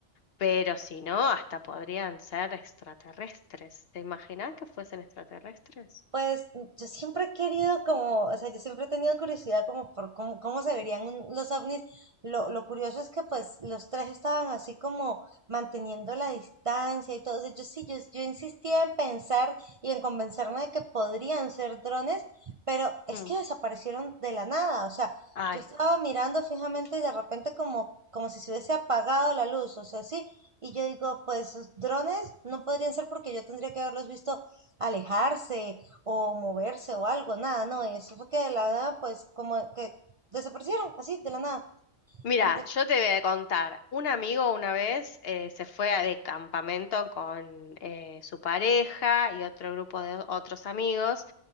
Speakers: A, on the left; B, on the right.
A: pero si no, hasta podrían ser extraterrestres. ¿Te imaginas que fuesen extraterrestres?
B: Pues mm, yo siempre he querido como, o sea, yo siempre he tenido curiosidad como por cómo, cómo se verían un- los ovnis. Lo, lo curioso es que pues los tres estaban así como manteniendo la distancia y todo. O sea, yo sí, yo, yo insistía en pensar y en convencerme de que podrían ser drones, pero es
A: Mm.
B: que desaparecieron de la nada. O sea,
A: Ay.
B: yo estaba mirando fijamente y de repente como, como si se hubiese apagado la luz, o sea, sí. Y yo digo, pues drones no podrían ser porque yo tendría que haberlos visto alejarse o moverse o algo, nada, no, eso fue que de la nada, pues como que desaparecieron así, de la nada.
A: Mira,
B: Entonces,
A: yo te voy a contar, un amigo una vez eh, se fue a- de campamento con eh, su pareja y otro grupo de o- otros amigos